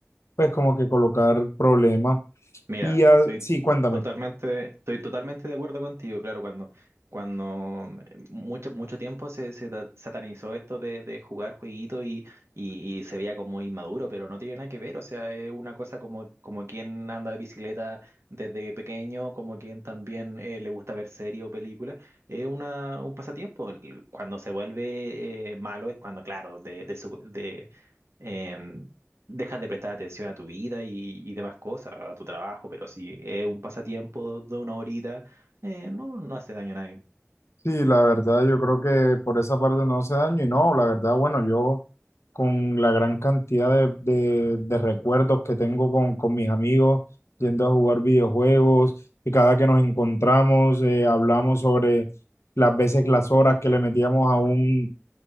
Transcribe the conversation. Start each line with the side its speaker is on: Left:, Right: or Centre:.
Left: pues, como que colocar problema.
Right: Mira,
Left: Y ah,
Right: estoy
Left: sí, cuéntame.
Right: totalmente, estoy totalmente de acuerdo contigo. Claro, cuando, cuando eh, mucho, mucho tiempo se, se ta- satanizó esto de, de jugar jueguito y, y, y se veía como inmaduro, pero no tiene nada que ver. O sea, es una cosa como, como quien anda de bicicleta desde pequeño, como quien también eh, le gusta ver serie o película. Es una, un pasatiempo. Cuando se vuelve eh, malo es cuando, claro, de, de, su- de, em, dejas de prestar atención a tu vida y, y demás cosas, a tu trabajo, pero si es un pasatiempo de una horita, eh, no, no hace daño a nadie.
Left: Sí, la verdad, yo creo que por esa parte no hace daño, y no, la verdad, bueno, yo con la gran cantidad de, de- de recuerdos que tengo con, con mis amigos, yendo a jugar videojuegos, y cada que nos encontramos, eh, hablamos sobre las veces, las horas que le metíamos a un